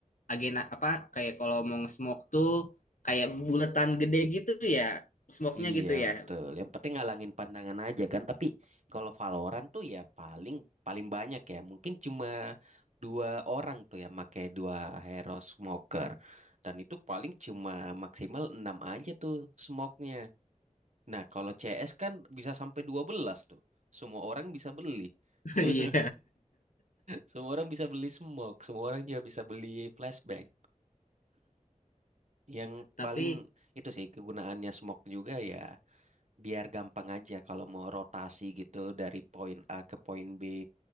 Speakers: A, on the left; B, on the right.
A: agena apa kayak kalau mau nge-smoke tuh kayak buletan gede gitu ya, smoke-nya
B: Iya
A: gitu ya.
B: betul. Yang penting ngalangin pandangan aja kan. Tapi kalau Valorant tuh ya paling paling banyak ya. Mungkin cuma dua orang tuh ya pakai dua hero smoker. Dan itu paling cuma maksimal 6 aja tuh smoke-nya. Nah, kalau CS kan bisa sampai 12 tuh. Semua orang bisa beli.
A: <laughs>
B: <laughs>
A: Iya.
B: Semua orang bisa beli smoke, semua orang juga bisa beli flashbang. Yang
A: Tapi
B: paling itu sih kegunaannya smoke juga ya biar gampang aja kalau mau rotasi gitu dari poin A ke poin B